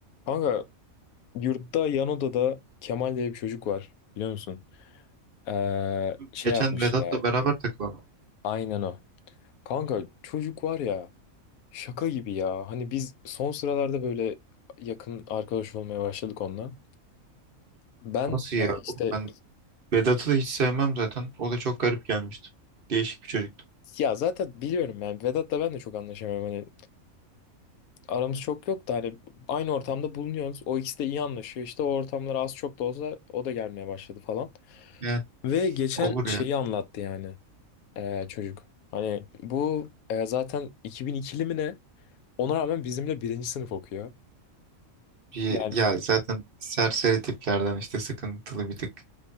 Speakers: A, on the left (about 85°); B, on the right (about 45°).
A: Kanka yurtta yan odada Kemal diye bir çocuk var biliyor musun? Ee, şey
B: Geçen
A: yapmış
B: Vedat'la
A: ya.
B: beraber takılan.
A: Aynen o. Kanka çocuk var ya şaka gibi ya. Hani biz son sıralarda böyle yakın arkadaş olmaya başladık onunla. Ben
B: Nasıl ya?
A: e, işte
B: Oğlum Ben Vedat'ı da hiç sevmem zaten. O da çok garip gelmişti. Değişik bir çocuktu.
A: ya zaten biliyorum yani Vedat'la ben de çok anlaşamıyorum. Hani aramız çok yok da hani aynı ortamda bulunuyoruz. O ikisi de iyi anlaşıyor. İşte o ortamlar az çok da olsa o da gelmeye başladı falan.
B: Yani
A: Ve geçen
B: olur
A: şeyi
B: ya.
A: anlattı yani. e, çocuk. Hani bu e, zaten 2002'li mi ne? Ona rağmen bizimle birinci sınıf okuyor.
B: Bir,
A: Yani
B: ya zaten serseri tiplerden işte sıkıntılı bir tık.